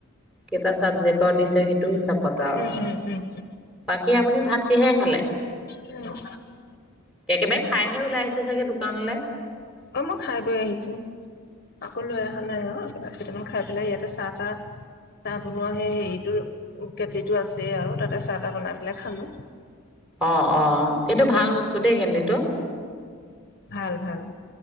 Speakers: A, in the centre; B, on the left.
A: কেইটা ছাব্জেক্টৰ দিছে সেইটো হিচাপ পত আৰু
B: উম উম উম
A: বাকী আপুনি ভাত কিহে খালে
B: উম উম
A: একেবাৰে খাইহে ওলাইছে চাগে দোকানলৈ
B: অ মই খাই বৈ আহিছো আকৌ লৈ অহা নাই অ কেইটামান খাই পেলাই ইয়াতে আছোঁ চাহ তাহ চাহ বনোৱা সেই হেৰিটো কেটলি টো আছে আৰু তাতে চাহ তাহ বনাই পেলাই খালো
A: অ অ সেইটো ভাল বস্তু দেই কেটলিটো
B: ভাল ভাল